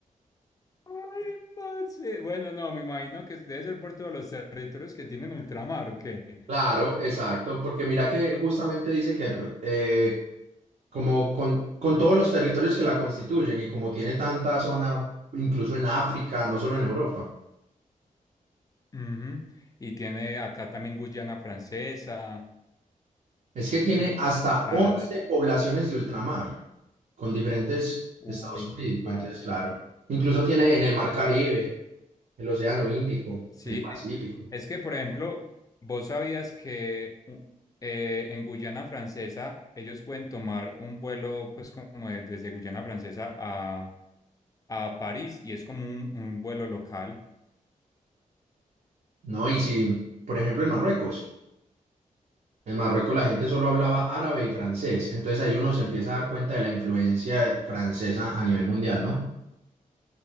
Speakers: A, on the left; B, on the right.
A: ¡Ay, parce! Bueno, no, me imagino que debe ser por todos los territorios que tienen ultramar, ¿o qué?
B: Claro, exacto, porque mira que justamente dice que r- eh, como con, con todos los territorios que la constituyen y como tiene tanta zona, incluso en África, no solo en Europa.
A: Ujú. Y tiene acá también Guyana Francesa.
B: Es que tiene
A: mm,
B: hasta
A: La,
B: 11 poblaciones de ultramar con diferentes
A: Uy,
B: estados jurídicos,
A: parce.
B: entonces claro. Incluso tiene en el Mar Caribe, el Océano Índico,
A: Sí,
B: el
A: eh,
B: Pacífico,
A: es que, por ejemplo, vos sabías que u- eh, en Guyana Francesa ellos pueden tomar un vuelo, pues, como de- desde Guyana Francesa a, a París y es como un, un vuelo local.
B: ¿no? Y si, por ejemplo, en Marruecos, en Marruecos la gente solo hablaba árabe y francés, entonces ahí uno se empieza a dar cuenta de la influencia francesa a nivel mundial, ¿no?